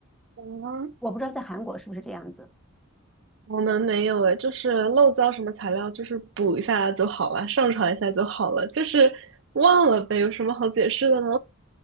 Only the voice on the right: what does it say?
我们
我们没有诶，就是漏交什么材料，就是补一下就好了，上传一下就好了，就是忘了呗，有什么好解释的呢？